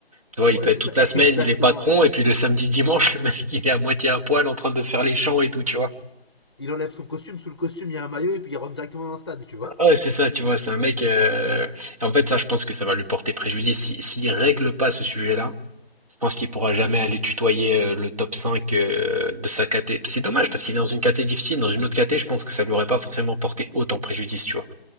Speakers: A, on the right; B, on the left.
A: Tu vois,
B: Ouais
A: il peut
B: c'est
A: être toute
B: ça
A: la
B: <laughs>
A: semaine,
B: exactement.
A: il est patron, et puis le samedi, dimanche, <laughs> le mec, il est à moitié à poil en train de faire les champs et tout, tu vois.
B: Il enlève son costume, sous le costume il y a un maillot et puis il rentre directement dans le stade, tu vois.
A: Ouais, c'est ça, tu vois, c'est un mec. euh, En fait, ça, je pense que ça va lui porter préjudice. Si, s'il règle pas ce sujet-là, je pense qu'il pourra jamais aller tutoyer euh, le top 5 euh, de sa caté. C'est dommage parce qu'il est dans une caté difficile. Dans une autre caté, je pense que ça lui aurait pas forcément porté autant préjudice, tu vois.